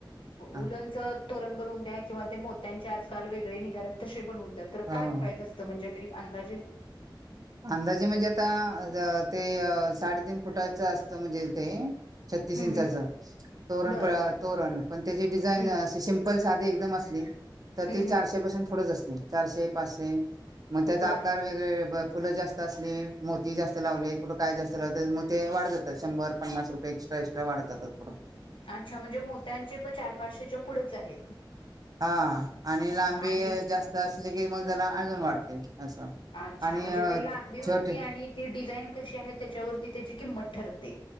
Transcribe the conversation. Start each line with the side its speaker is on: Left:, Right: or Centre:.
Right: हा,
Left: उलच तरण बरवून द्या <unintelligible> किंवा ते मोत्यांचे आजकाल वेगळे निघालेत तसे बनवून द्या तर काय
Right: हो
Left: प्राईज असतं म्हणजे तरी अंदाजे
Right: अंदाजे म्हणजे आता ते साडेतीन फुटाचं असतं म्हणजे ते छत्तीस
Left: हम्म
Right: इंचाच
Left: हम्म
Right: तोरण
Left: बर
Right: प
Left: हा
Right: तोरण पण त्याची डिझाईन
Left: हम्म
Right: सिम चप्पल साधी एकदम असली तर
Left: हम्म
Right: ती चारशे
Left: हम्म
Right: पासून पुढेच असते चारशे, पाचशे मग त्याचा
Left: बर
Right: आकार वेगळे फुलं जास्त असले मोती जास्त लावले कुठं काय जास्त लावले मोती वाढत जातात शंभर. पननास रपय एक्ट्रास्टा वाढ जातथोड
Left: अच्छा म्हणजे मोत्यांचे पण चार पाचशेच्या पुढंच आहेत.
Right: हा आणि लांबी
Left: आणि
Right: जास्त असले की मग जरा अजून वाढते असं.
Left: अच्छा
Right: आणि
Left: म्हणजे
Right: अ,
Left: ते लांबीवरती
Right: छोटे
Left: आणि ती डिझाईन कशी आहे त्याच्यावरती त्याची किमत ठरते